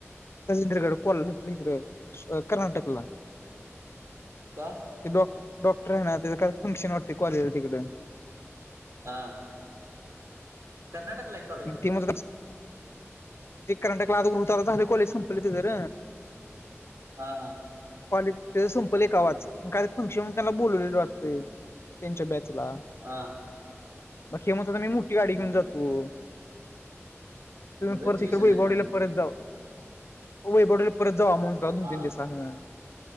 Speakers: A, on the left (about 60°); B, on the right (about 85°).
A: राजेंद्रगड कोल <unintelligible> आपल्या इकडे कर्नाटकला.
B: का?
A: ते डॉक् डॉक्टर आहे ना. त्याच काही फंक्शने वटते. कॉलेजला तिकड.
B: हा. कर्नाटकलाय.
A: ते म्हणत होता. ते कर्नाटकला आता <inaudible> झाल कॉलेज संपले तेचर.
B: हा हा.
A: कॉलेज त्याच संपलय कवाच. काय तरी ते फंक्शन होत म त्यांना बोलवलेले वाटतय. त्यांच्या बॅचला.
B: हा.
A: आक्या म्हणत होता मी मोठी गाडी घेऊन जातो. तुम्ही
B: मग घरची
A: परत
B: कशानं
A: वैभववाडीला
B: येणार
A: परत जाऊ. वैभववाडीला परत जाऊ. आ म दोन-तीन
B: हा
A: दिवसांनी.